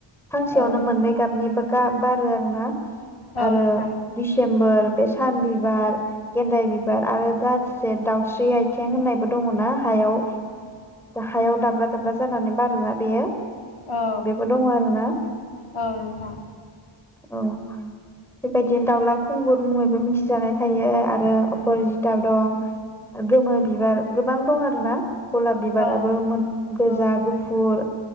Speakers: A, in the centre; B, on the left.
A: फांसेयावनो
B: औ
A: मोननै गाबनि गाब बारो आरो ना
B: औ
A: आरो
B: नोंथां
A: दिसेम्बर बे सान बिबार गेन्दाय बिबार आरो दा <unintelligible> दाउस्रि आइथें होननायबो दङ ना हायाव हायाव दाब्ला दाब्ला जानानै बारोना बेयो
B: औ
A: बेबो दङ आरोना
B: औ नोंथां
A: औ बेबायदिनो दाउला खुंगुर मुङैबो मिथिजानाय थायो आरो अपरजिता दं गोमो बिबार गोबां दं आरो ना गलाब बिबाराबो
B: औ
A: मोन गोजा
B: औ नोंथां
A: गुफुर